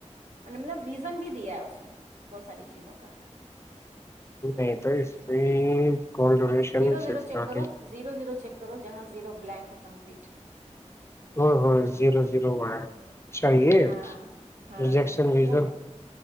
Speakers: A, on the right; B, on the left.
A: مطلب ریزن بھی دیا ہے اس میں بہت ساری چیزوں کا
B: نہیں تو اس میں call duration
A: zero zero
B: six
A: check
B: تھرٹی
A: کرو زیرو زیرو چیک کر کرو جہاں زیرو بلینک ہے کمپلیٹ
B: ہو ہو زیرو زیرو میں گ چاہیے
A: ہاں ہاں
B: ریجیکشن ریزن
A: وہ